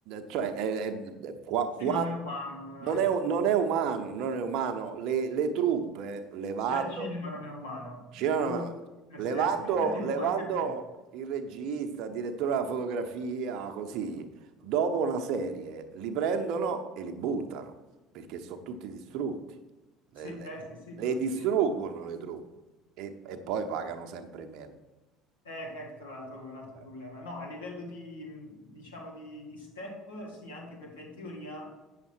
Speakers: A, on the right; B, on the left.
A: cioè, è- è- è- qua-
B: sì,
A: qua-
B: non è umano.
A: non
B: eh.
A: è, non è umano, non è umano. Le, le truppe, levando,
B: Già il cinema non è umano,
A: c'erano-
B: in più la
A: levando,
B: serie <laughs> la TV
A: levando
B: anche più.
A: il regista, il direttore della fotografia, così, dopo una serie li prendono e li buttano, perché sono tutti distrutti.
B: Sì,
A: Le, le-
B: eh, sì, sì,
A: le
B: questo
A: distruggono
B: sì.
A: le truppe e, e poi pagano sempre meno.
B: Eh, che anche tra l'altro è un altro
A: Eh,
B: problema. No, a livello di, mh, diciamo, di, di step, sì, anche perché in teoria,